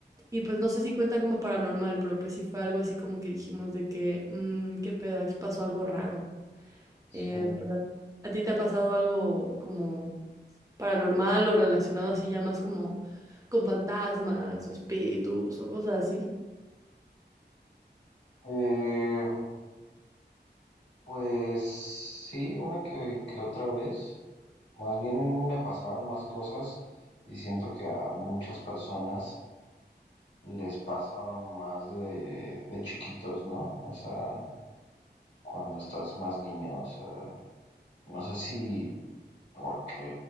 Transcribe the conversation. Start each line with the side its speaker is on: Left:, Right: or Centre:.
Right: Y pues no sé si cuenta como paranormal, pero pues sí fue algo así como que dijimos de que, "Mm, qué pedo, aquí pasó algo raro.
Left: Sí.
Right: Eh, pero, ¿a ti te ha pasado algo como paranormal o relacionado así ya más como con fantasmas o espíritus o cosas así.
Left: Eh, pues sí, una que, que otra vez. Más bien me pasaban más cosas y siento que a muchas personas les pasa más de, de chiquitos, ¿no? O sea, cuando estás más niño, o sea, no sé si porque